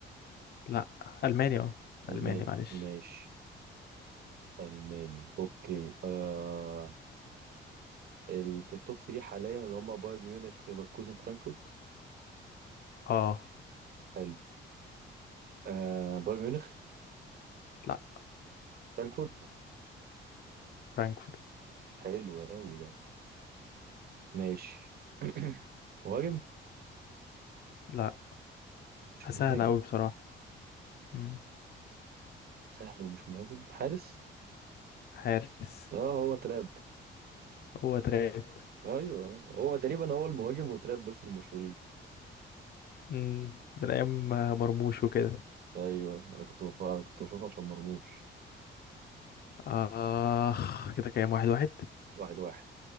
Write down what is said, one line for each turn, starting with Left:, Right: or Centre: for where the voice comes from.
Left: لا ألماني اه
Right: الماني
Left: ألماني معلش
Right: ماشي الماني اوكي آه ال... في التوب 3 حاليا اللي هم بايرن ميونخ ليفركوزن فرانكفورت
Left: اه
Right: حلو آه بايرن ميونخ
Left: لا
Right: فرانكفورت
Left: فرانكفورت
Right: حلو قوي ده ماشي <clears throat> مهاجم
Left: لا
Right: مش
Left: سهل
Right: مهاجم
Left: أوي بصراحة مم.
Right: سهل ومش مهاجم حارس
Left: حارس
Right: اه هو تراب
Left: هو تراب
Right: ايوه هو تقريبا هو المهاجم وتراب بس المشهورين
Left: مم. من أيام مرموش وكده
Right: ايوه انا كنت بف... كنت بشوفه عشان مرموش
Left: آخ كده كام واحد واحد
Right: واحد واحد